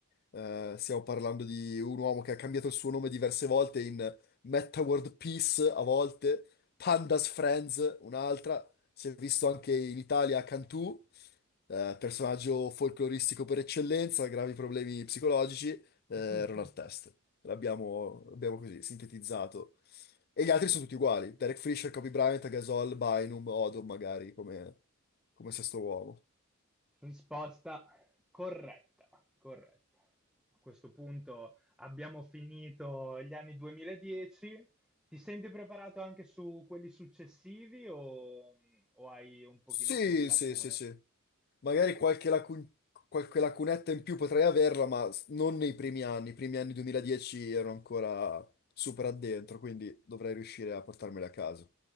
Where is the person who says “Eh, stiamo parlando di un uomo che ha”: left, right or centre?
Left